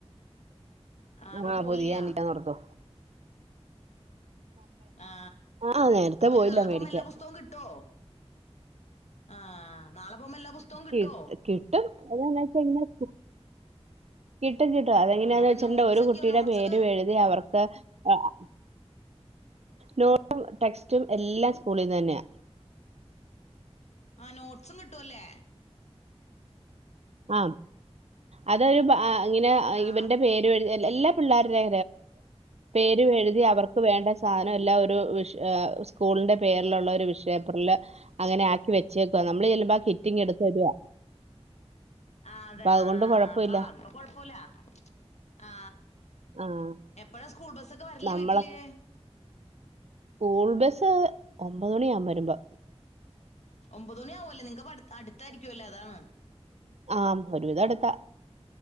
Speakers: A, on the left; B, on the right.
A: ആ അപ്പൊ
B: ആഹ്
A: പോയില്ല
B: പുതിയ എനിക്കാ തുർക്കോ
A: ആ
B: ആഹ് നേരത്തെ
A: അപ്പനി
B: പോയില്ല
A: നാളെ പോകുമ്പോ
B: മേടിക്കാൻ
A: എല്ലാ പുസ്തകവും കിട്ടോ? ആ നാളെ പോകുമ്പോ എല്ലാ പുസ്തകവും കിട്ടോ
B: കി <unintelligible> കിട്ടും കിട്ടും അതങ്ങനെയാന്ന്
A: ആ അപ്പൊ
B: വെച്ചിട്ടുണ്ട
A: നോട്ട്സ്
B: ഒരു
A: ഒക്കെയോ
B: കുട്ടിയുടെ
A: നോട്ട്സ്
B: പേര്
A: ഒക്കെ
B: എഴുതി അവർക്ക് <unintelligible> നോട്ടും ടെക്സ്റ്റും എല്ലാം സ്കൂളിൽ തന്നെയ
A: ആ നോട്ട്സും കിട്ടുവല്ലേ
B: ആ അതൊരു ബാ അങ്ങനെ
A: ആ
B: ഇവന്റെ പേരുഴതി എല്ലാ പിള്ളേരുടെ പേരു എഴുതി അവർക്ക് വേണ്ട സാധനം എല്ല ഒരു വിഷ് സ്കൂളിന്റെ പേരിലുള്ള ഒരു വിഷ പേപ്പറിൽ അങ്ങനെ ആക്കി വെച്ചേക്കുവ നമ്മള് ചിലപ്പോ ആ കിറ്റിങ് എടുത്ത വരുവാ
A: ആ അതെ
B: അതുകൊണ്ട്
A: ആ
B: കുഴപ്പമില്ല
A: അപ്പ അപ്പൊ കൊഴപ്പല്ല ആ ആ
B: ആഹ്
A: എപ്പഴാ സ്കൂൾ ബസ്സൊക്കെ വരല്ല
B: നമ്മളെ
A: വീട്ടില്
B: സ്കൂൾ ബസ് ഒമ്പത് മണിയാകും വരുമ്പോ
A: ഒമ്പത് മണി ആവുംല്ലേ നിങ്ങക്ക് പഠ അടുത്തായിരിക്കുവല്ലേ അതാണ്
B: ആ ഒരുവിധം അടുത്താ